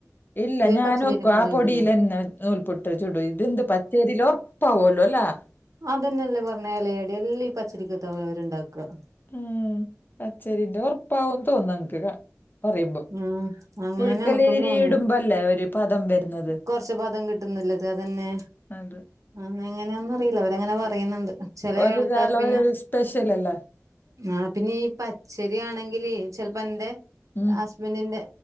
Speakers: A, on the left; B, on the right.
A: ഇല്ല ഞാൻ
B: പച്ചരീനെ
A: ഒക്കെ
B: കൊണ്ട്
A: ആ പൊടീലന്നെ
B: ചുടുന്നു
A: നൂൽ പുട്ട് ചുടും ഇതെന്ത് പച്ചേരിയില് ഉറപ്പാവോലോ ലെ
B: അതന്നെല്ലേ പറഞ് എലയടെല്ലാം ഈ പച്ചരിക്കത്ത പോലും അവരുണ്ടാക്ക
A: ഉം പച്ചരിന്റെ ഉറപ്പാകും തോന്നൻക്ക് ക പറയുമ്പോ
B: ഉം അങ്ങനെന്നെ
A: പുഴുക്കലരി
B: എനക്കും തോന്നിയത്
A: ഇടുമ്പല്ലേ ഒരു പദം വരുന്നത്
B: കൊറച്ച് പദം കിട്ടുന്നില്ലത് അതന്നെ
A: അതെ
B: ആന്ന് എങ്ങനെയെന്ന് അറിയില്ല അവര് തങ്ങനെ പറയുന്നുണ്ട് ചെല
A: ഒരൊരാള്
B: ആൾക്കാര് പിന്നെ
A: ഓരോരോ സ്പെഷ്യൽ അല്ലേ
B: ആ പിന്നെ ഈ പച്ചരിയാണെങ്കില് ചെലപ്പോ എന്റെ
A: ഉം
B: ഹസ്ബന്റിന്റെ